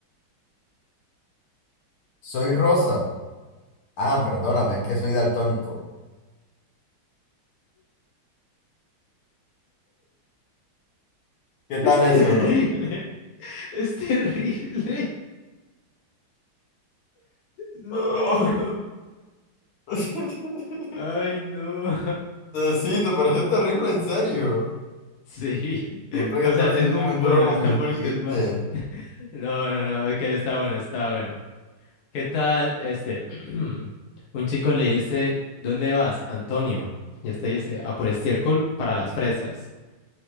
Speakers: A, on the left (about 85°); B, on the left (about 60°).
A: Soy Rosa. Ah, perdóname, es que soy daltónico. ¿Qué tal
B: Es
A: ese,
B: terrible.
A: bro?
B: <laughs> Es terrible. No.
A: Ay. <laughs>
B: Ay, no. <laughs>
A: Sí, te pareció terrible, en serio.
B: Sí.
A: Siento que
B: O
A: está
B: sea, es
A: siendo
B: muy
A: muy
B: bueno.
A: duro con
B: Es tan
A: mis
B: bueno
A: chistes.
B: que es mal. <laughs> No, no, no. Es que está bueno, está bueno. ¿Qué tal? Este, <clears throat> un chico le dice, ¿dónde vas, Antonio? Y este dice, a por estiércol para las fresas.